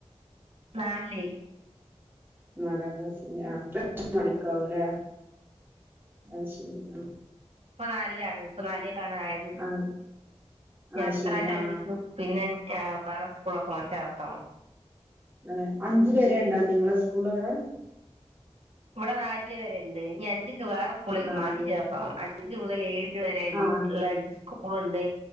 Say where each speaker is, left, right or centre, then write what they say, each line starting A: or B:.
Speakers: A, on the right (about 65°); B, on the right (about 20°).
A: നാലില്
B: നാലാം ക്ലാസി ഹ് <inaudible> ക്കാവൂലേ അത്ശരി ആഹ്
A: ഇപ്പ നാലിലാണ് ഇപ്പൊ നാലിലേക്ക് ആണ് ആയത്
B: ആ
A: ഇനി
B: ആ
A: അടുത്ത
B: ശരി
A: പ്രാവശ്യം
B: ആ
A: അഞ്ചിക്ക് പിന്നെ വേറെ സ്കൂളൊക്കെ ചേർത്തോണം
B: ഏഹ് അഞ്ചു വരെ ഉണ്ടോ നിങ്ങളെ സ്കൂള് അവിടെ
A: ഇവിടെ നാല് വരെ ഇണ്ട് ഇനി അഞ്ച്ക്ക് വേറെ സ്കൂളിലേക്ക്
B: നാല്
A: മാറ്റി
B: പേര്.
A: ചേർത്തോണം അഞ്ച് മുതൽ ഏഴ് വരെ
B: ആ
A: ഉള്ള സ്കൂള് ഉണ്ട്